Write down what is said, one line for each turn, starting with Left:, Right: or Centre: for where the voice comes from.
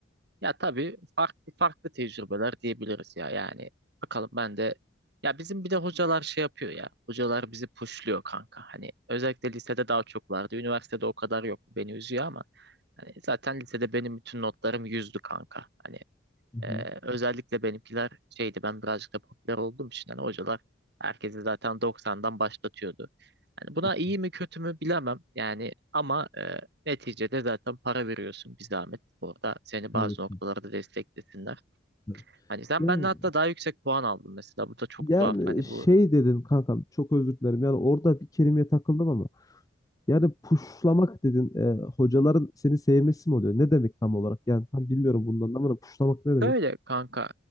Right: Ya tabii farklı farklı tecrübeler diyebiliriz ya yani bakalım ben de ya bizim bir de hocalar şey yapıyor ya hocalar bizi pushluyor kanka hani özellikle lisede daha çok vardı üniversitede o kadar yok beni üzüyor ama hani zaten lisede benim bütün notlarım yüzdü kanka hani
Left: Hı hı.
Right: ee, özellikle benimkiler şeydi ben birazcık da popüler olduğum için hani hocalar herkesi zaten 90'dan başlatıyordu. Hani buna
Left: Çok
Right: iyi
Left: iyi.
Right: mi kötü mü bilemem yani ama e, neticede zaten para veriyorsun bir zahmet. Orada seni
Left: Tabii
Right: bazı
Left: ki.
Right: noktalarda desteklesinler.
Left: Tabii ki.
Right: Hani sen
Left: Yani,
Right: benden hatta daha yüksek puan aldın mesela bu da çok
Left: yani
Right: tuhaf hani
Left: şey
Right: bu
Left: dedin kankam çok özür dilerim. Yani orada bir kelimeye takıldım ama Yani puşlamak dedin. e, hocaların seni sevmesi mi oluyor? Ne demek tam olarak? Yani tam bilmiyorum bundan ama hani puşlamak ne demek?
Right: böyle kanka